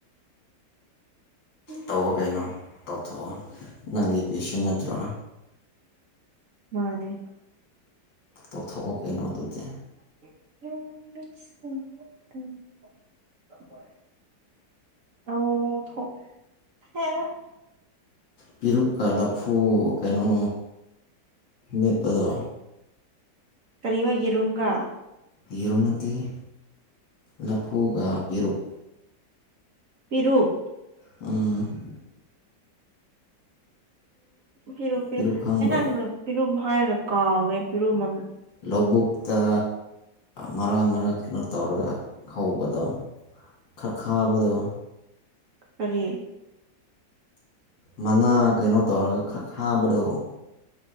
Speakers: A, on the right; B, on the left.
A: ꯎꯝ
B: ꯇꯧꯑꯣ ꯀꯩꯅꯣ ꯇꯧꯊꯣꯛꯑꯣ ꯅꯪꯒꯤ ꯄꯨꯟꯁꯤ ꯅꯠꯇ꯭ꯔꯣ
A: ꯃꯥꯅꯦ
B: ꯇꯧꯊꯣꯛꯑꯣ ꯀꯩꯅꯣ ꯑꯗꯨꯗꯤ
A: <inaudible> <unintelligible> ꯇꯧꯊꯣꯛ <unintelligible>
B: ꯄꯦꯔꯨꯛꯀꯥ ꯂꯥꯐꯨ ꯀꯩꯅꯣ ꯃꯦꯠꯄꯥꯗꯣ
A: ꯀꯔꯤꯕꯥ ꯌꯦꯔꯨꯝꯒꯥ
B: ꯌꯦꯔꯨꯝ ꯅꯠꯇꯦꯍꯦ ꯂꯥꯐꯨꯒꯥ ꯄꯦꯔꯨꯛ
A: ꯄꯦꯔꯨꯛ
B: ꯎꯝ꯫
A: ꯄꯤꯔꯨꯛ ꯄꯤꯔꯨꯛ
B: ꯄꯦꯔꯨꯛ ꯈꯪꯕ꯭ꯔꯣ
A: ꯑ ꯅꯪ ꯄꯤꯔꯨꯝ ꯍꯥꯏꯔꯒ ꯀꯥꯎꯔꯦ ꯄꯤꯔꯨꯝ ꯑꯃ
B: ꯂꯧꯕꯨꯛꯇ ꯃꯔꯥ ꯃꯔꯥ ꯀꯩꯅꯣ ꯇꯧꯔꯒ ꯍꯧꯕꯗꯣ꯫ ꯈꯔ ꯈꯥꯕꯗꯣ
A: ꯀꯔꯤ
B: ꯃꯅꯥ ꯀꯩꯅꯣ ꯇꯧꯔꯒ ꯈ ꯈꯥꯕꯗꯣ